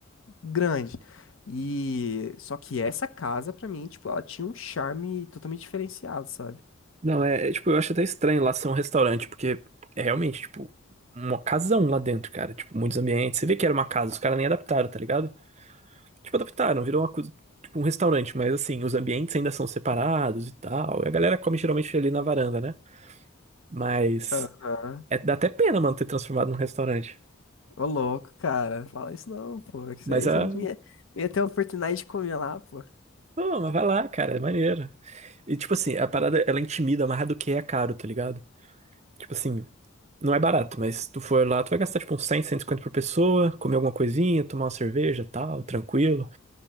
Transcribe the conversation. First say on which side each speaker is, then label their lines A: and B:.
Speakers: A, on the left; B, on the right.
A: grande. E só que essa casa pra mim, tipo, ela tinha um charme totalmente diferenciado, sabe?
B: Não, é, é, tipo, eu acho até estranho lá ser um restaurante, porque é realmente, tipo, uma casão lá dentro, cara. Tipo, muitos ambientes. Você vê que era uma casa, os caras nem adaptaram, tá ligado? Tipo, adaptaram, virou uma coisa, tipo, um restaurante, mas assim, os ambientes ainda são separados e tal. E a galera come geralmente ali na varanda, né? Mas
A: Aham.
B: é, dá até pena, mano, ter transformado num restaurante.
A: Ô louco, cara, fala isso não, pô. Que isso
B: Mas
A: aí,
B: a.
A: você não tinha, não ia ter a oportunidade de comer lá, pô.
B: Pô, mas vai lá, cara, é maneiro. E tipo assim, a parada, ela intimida mais do que é caro, tá ligado? Tipo assim, Não é barato, mas se tu for lá, tu vai gastar tipo uns cem, cento e cinquenta por pessoa, comer alguma coisinha, tomar uma cerveja, tal, tranquilo.